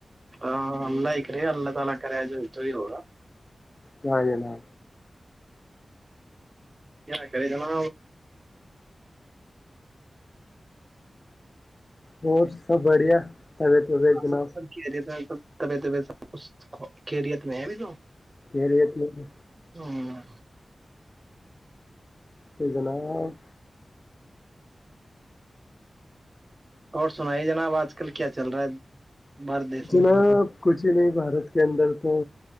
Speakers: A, on the right; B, on the left.
A: اللہ تعالی کرے گا
B: جاں جناا
A: کیا کرے جنا
B: اور سب بڑھیا طبیعت وبیعت جناب
A: سب سب کہہ رہے تھا بتبیت سب کچھ کیریت میں ہے بھی تو
B: کہ لیت نہیں
A: ہاں
B: تو جناب
A: اور سناائیے جناب آج کل کیا چل رہا ہے بارت دیس
B: جناب
A: میں
B: کچھ ہی نہیں بھارت کے اندر تو